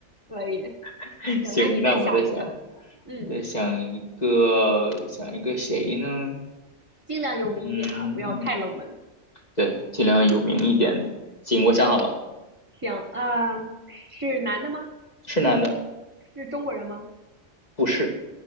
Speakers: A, on the right; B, on the left.
A: 可以。
B: <laughs>
A: 行，
B: 行，
A: 那你再想一个，
B: 那我在想，
A: 嗯，
B: 我在想一个，想一个谁呢？
A: 尽量有名一点啊，
B: 嗯，
A: 不要太冷门。
B: 对，尽量有名一点的。行，我想好了，
A: 行，呃，是男的吗？
B: 是男的，
A: 是中国人吗？
B: 不是，